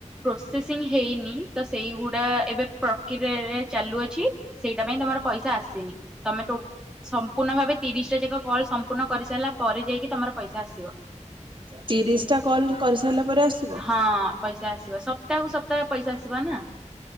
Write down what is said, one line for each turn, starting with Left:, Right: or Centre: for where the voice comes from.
Centre: ପ୍ରୋସେସିଂ ହେଇନି ତ ସେଇଗୁଡା ଏବେ ପ୍ରକ୍ରିୟାରେ ଚାଲୁଅଛି। ସେଇଟା ପାଇଁ ତମର ପଇସା ଆସିନି। ତମେ ଟୋ ସମ୍ ପୂର୍ଣ୍ଣ ଭାବେ ତିରିଶଟା ଯାକ କଲ ସମ୍ପୂର୍ଣ୍ଣ କରିସାରିଲା ପରେ ଯାଇକି ତମର ପଇସା ଆସିବ।
Right: ତିରିଶଟା କଲ୍ କରିସାରିଲା ପରେ ଆସିବ?
Centre: ହଁ ପଇସା ଆସିବ। ସପ୍ତାହକୁୁ ସପ୍ତାହ ପଇସା ଆସିବା ନା।